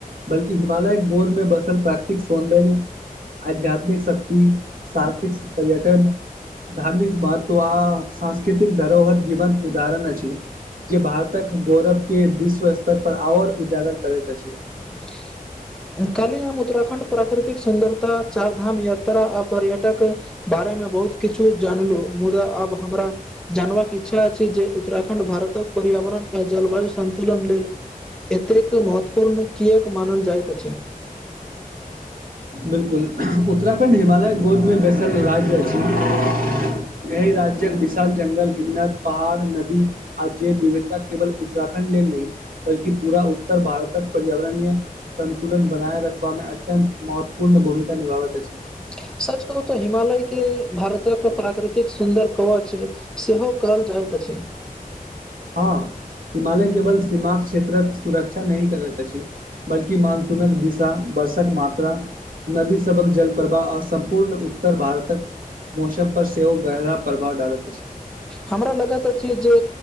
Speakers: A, on the right; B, in the centre.
A: बल्कि हिमालयक गोद मे बसल प्राकृत तिक सौन्दर्य, आध्यात्मिक शक्ति, सार्थिक पर्यटन धार्मिक महत्व आ सांस्कृतिक धरोहर जीवंत उदाहरण अछि। जे भारतक गौरव के विश्व स्तर पर आओर उजागर करैत अछि।
B: <inaudible> कल्हि हम उत्तराखण्ड प्राकृतिक सुन्दरता, चार धाम यात्रा आ पर्यटक। बारे में बहुत किछु जानलौ, मुदा आब हमरा जानबाक इच्छा अछि जे उत्तराखंड भारतक। पर्यावरण आ जलवायु संतुलन लेल एतेक महत्वपूर्ण। किएक मानल जाइत अछि।
A: बिल्कुल, उत्तराखण्ड हिमालयक गोद में बैसल राज्य अछि। एहि राज्यक विशाल जंगल, हिमनद, पहाड़, नदी आ जैव विविधता केवल उत्तराखण्ड। लेल नहि बल्कि पूरा उत्तर भारतक पर्यावरणीय। संतुलन बनाए रखबा में अत्यंत महत्वपूर्ण भूमिका निभाबैत अछि।
B: <inaudible> सच कहू तऽ हिमालय के भारतक प्राकृतिक सुन्दर कवच सेहो कहल जाइत अछि। <inaudible>
A: हँ। हिमालय केवल सीमाक् क्षेत्रक सुरक्षा नहि करत अछि, बल्कि मानसूनक दिशा। वर्षक मात्रा, नदी सबहक जल प्रवाह आ सम्पूर्ण उत्तर भारतक। मौसम पर सेहो गहरा प्रभाव डालत।
B: हमरा लगैत अछि जे।